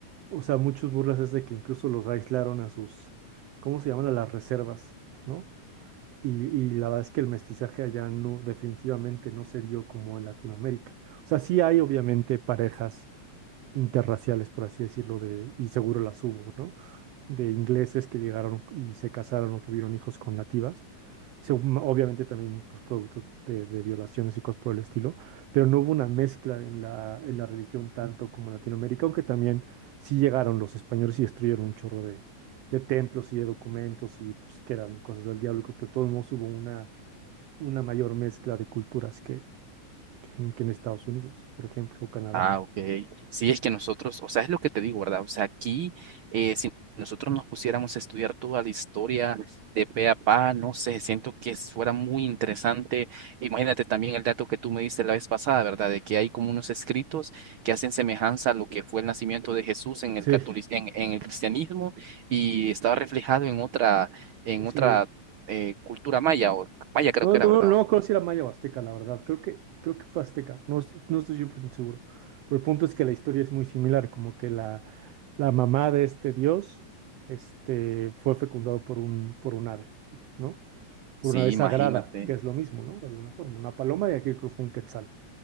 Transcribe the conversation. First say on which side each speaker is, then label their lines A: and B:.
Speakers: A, on the right; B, on the right.
A: O sea, muchos burlas es de que incluso los aislaron a sus, ¿cómo se llaman? A las reservas, ¿no? Y, y la verdad es que el mestizaje allá no, definitivamente no se dio como en Latinoamérica. O sea, sí hay obviamente parejas interraciales, por así decirlo, de, y seguro las hubo, ¿no? De ingleses que llegaron y se casaron o tuvieron hijos con nativas según- obviamente también pues, productos de, de violaciones y cosas por el estilo, pero no hubo una mezcla en la, en la religión tanto como en Latinoamérica, aunque también sí llegaron los españoles y destruyeron un chorro de, de templos y de documentos y pues que eran cosas del diablo, y co- pero de todos modos hubo una, una mayor mezcla de culturas que, que en, que en Estados Unidos, por ejemplo, o Canadá.
B: Ah, ok. Sí, es que nosotros, o sea, es lo que te digo, ¿verdad? O sea, aquí, eh, si nosotros nos pusiéramos a estudiar toda la historia de pe a pa, no sé, siento que fuera muy interesante. Imagínate también el dato que tú me diste la vez pasada, ¿verdad? De que hay como unos escritos que hacen semejanza a lo que fue el nacimiento de Jesús en
A: Sí,
B: el catolic- en, en el cristianismo y estaba reflejado en otra, en
A: sí,
B: otra eh, cultura maya, o maya creo
A: No,
B: que
A: no,
B: era, ¿verdad?
A: no, no creo si era maya o azteca, la verdad. Creo que, creo que fue azteca. No, es- no estoy 100% seguro. Pero el punto es que la historia es muy similar. Como que la, la mamá de este dios este, fue fecundado por un, por un ave, ¿no? Por
B: Sí,
A: una ave sagrada,
B: imagínate.
A: que es lo mismo, ¿no? De alguna forma. Una paloma y aquí creo que fue un quetzal.